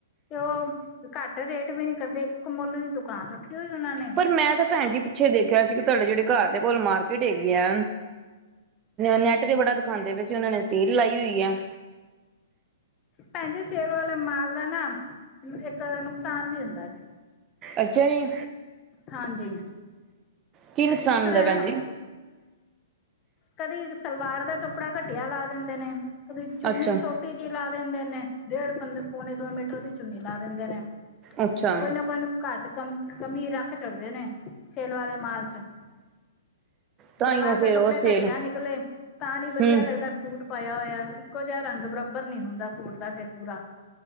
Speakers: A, on the left; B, on the right.
A: ਤੇ ਉਹ ਘੱਟ ਰੇਟ ਵੀ, ਨੀ ਕਰਦੇ ਇੱਕ ਮੁੱਲ ਦੀ ਦੁਕਾਨ ਰੱਖੀ ਹੋਈ ਉਹਨਾਂ ਨੇ।
B: ਪਰ ਮੈਂ ਤਾਂ ਭੈਣ ਜੀ ਪਿੱਛੇ ਦੇਖਿਆ ਸੀ। ਕਿ ਤੁਹਾਡੇ ਜਿਹੜੇ ਘਰ ਦੇ ਕੋਲ ਮਾਰਕੀਟ ਹੈਗੀ ਆ। ਨੈੱਟ ਤੇ ਬੜਾ ਦਿਖਾਉਦੇ ਪਏ ਸੀ। ਉਹਨਾਂ ਨੇ ਸੇਲ ਲਾਈ ਹੋਈ ਹੈ।
A: ਭੈਣ ਜੀ ਸੇਲ ਵਾਲੇ, ਮਾਲ ਦਾ ਨਾ ਇੱਕ ਨੁਕਸਾਨ ਵੀ ਹੁੰਦਾ ਜੇ।
B: ਅੱਛਾ ਜੀ।
A: ਹਾਂਜੀ,
B: ਕੀ ਨੁਕਸਾਨ
A: ਇਸ ਤਰਾਂ
B: ਹੁੰਦਾ ਭੈਣ
A: ਹੈ।
B: ਜੀ?
A: ਕਦੀ ਸਲਵਾਰ ਦਾ ਕੱਪੜਾ, ਘਟੀਆ ਲਾ ਦਿੰਦੇ ਨੇ ਕਦੀ ਚੁੰਨੀ
B: ਅੱਛਾ।
A: ਛੋ ਟੀ, ਜੀ ਲਾ ਦਿੰਦੇ ਨੇ। ਡੇਢ ਪੰ ਪੌਣੇ ਦੋ ਮੀਟਰ ਦੀ ਚੁੰਨੀ ਲਾ ਦਿੰਦੇ ਨੇ।
B: ਅੱਛਾ
A: ਕੋਈ ਨਾ ਕੋਈ ਨ ਘੱਟ ਕ ਕਮੀ ਰੱਖ ਛਡਦੇ ਨੇ, ਸੇਲ ਵਾਲੇ ਮਾਲ ਚ।
B: ਤਾਂਹੀਓ
A: ਸਲਵਾਰ
B: ਫੇਰ
A: ਦਾ ਕੱਪੜ।
B: ਉਹ ਸੇਲ
A: ਘਟੀਆ ਨਿਕਲੇ ਤਾਂ ਨੀ ਵਧੀਆ
B: ਹੂੰ
A: ਲੱਗਦਾ ਸੂਟ। ਪਾਇਆ ਹੋਇਆ। ਇੱਕੋ ਜਿਹਾ ਰੰਗ ਬਰਾਬਰ ਨਹੀਂ ਹੁੰਦਾ। ਸੂਟ ਦਾ ਫੇਰ ਪੂਰਾ।